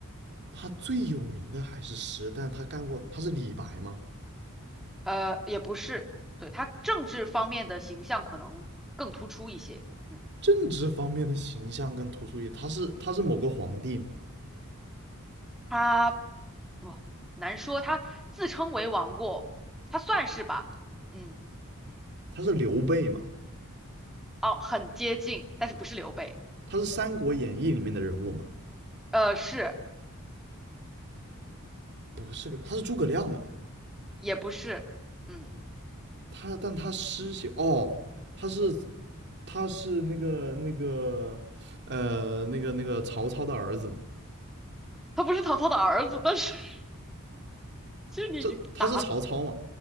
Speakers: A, on the right (about 50°); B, in the centre.
A: 他最有名的还是诗，但他干过，他是李白吗？
B: 呃，也不是，对，他政治方面的形象可能更突出一些。嗯，
A: 政治方面的形象更突出一些，他是他是某个皇帝吗？
B: 他哦，难说，他自称为王过，他算是吧。嗯，
A: 他是刘备吗？
B: 哦，很接近，但是不是刘备。
A: 他是《三国演义》里面的人物吗？
B: 呃，是，
A: 不是刘备，他是诸葛亮吗？
B: 也不是。嗯，
A: 他但他诗写哦，他是他是那个那个呃那个那个曹操的儿子嘛？
B: 他不是曹操的儿子，但是 <laughs> 其实你已经答
A: 这他是曹操嘛？